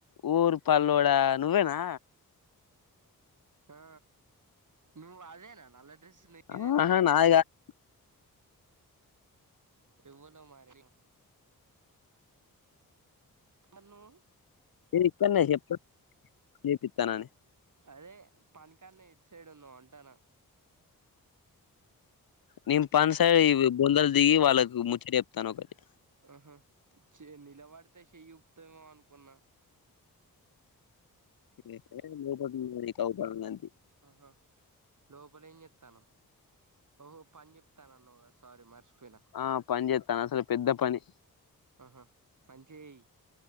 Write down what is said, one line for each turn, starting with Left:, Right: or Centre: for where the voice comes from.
Left: ఓరి పల్లోడ నువ్వేనా
Right: ఆ నువ్ అదేనా నల్ల డ్రెస్ నిదేనా
Left: ఆహా నాది కాదు
Right: ఎవ్వలో మరి మరి నువ్వు
Left: నె ఇక్కానే చెప్ నీకు ఇత్తానని
Right: అదే పని కన్న ఎట్ సైడ్ ఉన్నవ్ అంటానా
Left: నేను పని సైడ్ ఇవి బొందలు దిగి వాళ్ళకి ముచ్చట చెప్తాన్న ఒకటి
Right: ఆహా చె నిలబడితే చెయ్యూపుతవేమో అనుకున్నా
Left: నేనే లోపల నిలబడిన నీకు ఆగుపడడం దానికి
Right: ఆహా లోపల ఏం చెత్తన్నావ్ ఓహో పని చెప్తానాన్నవు కదా సారూ మర్చిపోయినా
Left: ఆ పని చేస్తన్న అసలు పెద్ద పని
Right: ఆహా మంచిగ చెయ్యి